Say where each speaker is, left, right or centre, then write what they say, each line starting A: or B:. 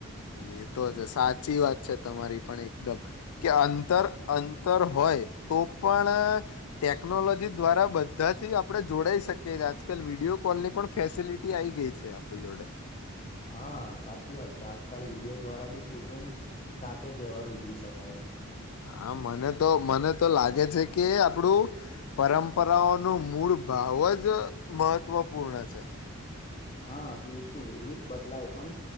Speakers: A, on the left; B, on the left.
A: એ તો જ સાચી વાત છે તમારી પણ એકદમ કે અંતર અંતર હોય તો પણ ટેકનોલોજી દ્વારા બધાથી આપડણે જોડાઈ શકીએ આજકાલ વિડિયો કોલ ની પણ ફેસિલિટી આવી ગઈ છે આપણી જોડે
B: હા સાચી વાત છે આજકાલ વિડિયો દ્વારા બી કુટુંબ સાથે તહેવાર ઉજવી શકાય છે
A: હા મને તો મને તો લાગે છે કે આપણું પરંપરાઓનું મૂળ ભાવ જ મહત્વપૂર્ણ છે
B: હા બિલકુલ રીત બદલાય પણ